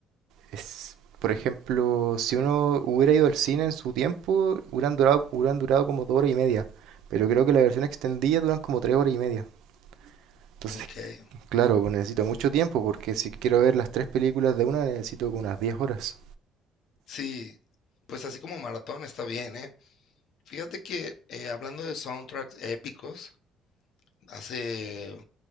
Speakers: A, on the right; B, on the left.
A: es, por ejemplo, si uno hubiera ido al cine en su tiempo, hubieran durado, hubieran durado como dos horas y media. Pero creo que la versión extendida duran como tres horas y media. Entonces,
B: Okey.
A: <laughs> claro, pues necesito mucho tiempo porque si quiero ver las tres películas de una necesito como unas diez horas.
B: Sí, pues así como maratón está bien, ¿eh? Fíjate que, eh, hablando de soundtracks épicos, hace